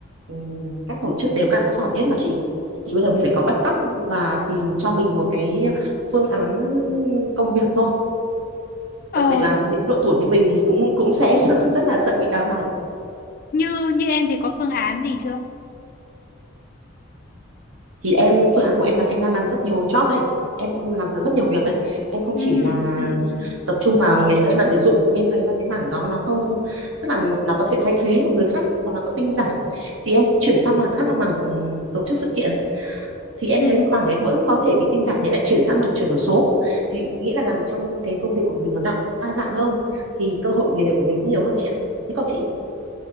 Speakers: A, on the right; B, on the left.
A: ừm, các tổ chức đều cắt giảm hết mà chị thì bây giờ mình phải có backup và tìm cho mình một cái phương án công việc thôi
B: Ờ,
A: đặc biệt là những độ tuổi như mình thì cũng cũng sẽ <laughs> rất là sợ bị đào thải
B: như như em thì có phương án gì chưa?
A: thì em phương án của em là em đang làm rất nhiều job đây em làm rất rất nhiều việc đấy em không
B: Ừ,
A: chỉ là
B: ừ, ừ.
A: tập trung vào ngày xưa em làm tuyển dụng nhưng em thấy là cái mảng đó nó không tức là nó có thể thay thế một người khác hoặc là có tinh giản thì em chuyển sang mảng khác là mảng ừm, tổ chức sự kiện thì em
B: Ừ.
A: thấy mảng đấy vẫn có thể bị tinh giản thế lại chuyển sang mảng chuyển đổi số thì nghĩa là làm trong cái công việc của mình nó đa, đa dạng hơn thì cơ hội nghề nghiệp của mình cũng nhiều hơn chị ạ thế còn chị